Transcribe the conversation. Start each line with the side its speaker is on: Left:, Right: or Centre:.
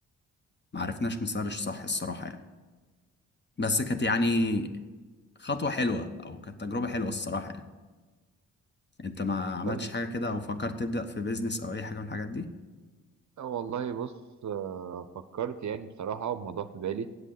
Left: ما عرفناش نسرش صح الصراحه يعني بس كانت يعني خطوه حلوه او كانت تجربه حلوه الصراحه يعني انت ما عملتش
Right: طيب
Left: حاجه كده او فكرت تبدا في بيزنس او اي حاجه من الحاجات دي
Right: آه والله بص آه فكرت يعني بصراحة والموضوع في بالي